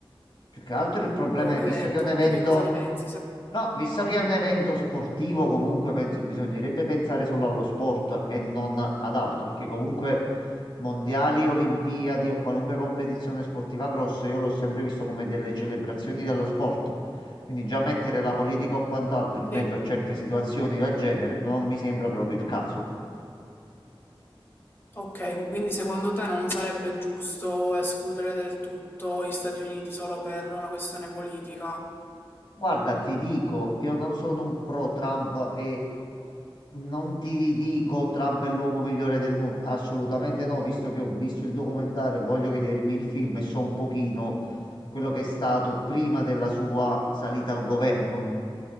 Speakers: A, on the left; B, on the left.
A: più che altro il problema è,
B: evento.
A: visto che è un evento,
B: Tu che cosa ne pensi? Sa-
A: no, visto che è un evento sportivo, comunque penso bisognerebbe pensare solo allo sport e non ad altro, perché comunque mondiali, olimpiadi o qualunque competizione sportiva grossa, io l'ho sempre visto come delle celebrazioni dello sport. Quindi già mettere la politica o quant'altro in mezzo
B: Sì.
A: a certe situazioni del genere non mi sembra proprio il caso.
B: Ok, quindi secondo te non sarebbe giusto escludere del tutto gli Stati Uniti solo per una questione politica?
A: Guarda, ti dico, io non sono un pro Trump e non ti dico Trump è l'uomo migliore del mondo, assolutamente no, visto che ho visto il documentario, voglio vedermi il film e so un pochino quello che è stato prima della sua salita al governo.